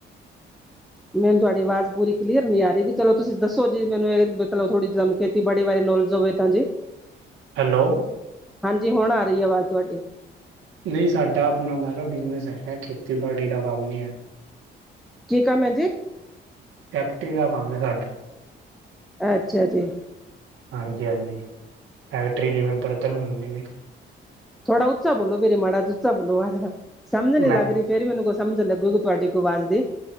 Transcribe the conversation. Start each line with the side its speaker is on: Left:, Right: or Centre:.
Centre: ਮੈਨੂੰ ਤੁਹਾਡੀ ਆਵਾਜ਼ ਪੂਰੀ ਕਲੀਅਰ ਨੀਂ ਆ ਰਹੀ ਕਿ ਚਲੋ ਤੁਸੀਂ ਦੱਸੋ ਜੀ, ਮੈਨੂੰ ਇਹ ਮਤਲ ਥੋੜੀ ਤੰ ਖੇਤੀਬਾੜੀ ਵਾਰੇ ਨੌਲੇਜ ਹੋਵੇ ਤਾਂ ਜੀ।
Right: ਹੈਲੋ
Centre: ਹਾਂਜੀ ਹੁਣ ਆ ਰਹੀ ਐ ਆਵਾਜ਼ ਤੁਹਾਡੀ
Right: ਨਈਂ ਸਾਡਾ ਆਪਣਾ ਮੈਂਕੈ ਬਿਜਨਸ ਹੈਗਾ, ਖੇਤੀਬਾੜੀ ਦਾ ਕੰਮ ਨਈਂ ਹੈ।
Centre: ਕੀ ਕੰਮ ਐ ਜੀ।
Right: ਫੈਕਟਰੀ ਦਾ ਕੰਮ ਐ ਸਾਡਾ।
Centre: ਅੱਛਾ ਜੀ।
Right: ਹਾਂਜੀ ਹਾਂਜੀ, ਫੈਕਟਰੀ ਜਿਵੇਂ ਬਰਤਨ ਮੰਗਦੇ ਨੇਂ।
Centre: ਥੋੜਾ ਉੱਚਾ ਬੋਲੋ ਵੀਰੇ ਮਾੜਾ ਜਿਆ ਉੱਚਾ ਬੋਲੋ, <unintelligible> ਸਮਝ ਨਈਂ
Right: ਮੈਂ
Centre: ਲੱਗ ਰਹੀ। ਫੇਰ ਮੈਨੂੰ ਕੋਈ ਸਮਝ ਲੱਗੂਗੀ ਤੁਹਾਡੀ ਕੋਈ ਵਾਜ਼ ਦੀ